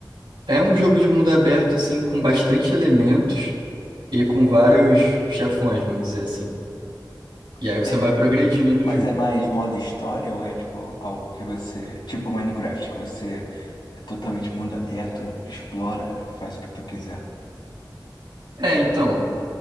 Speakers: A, on the right; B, on the left.
A: É um jogo
B: sim.
A: de mundo aberto, assim, com bastante elementos e com vários chefões, vamos dizer assim. E
B: Entendi.
A: aí você vai progredindo no
B: Mas
A: jogo.
B: é mais modo história ou é tipo algo que você. Tipo Minecraft, que você é totalmente mundo aberto, explora, faz o que tu quiser.
A: É, então.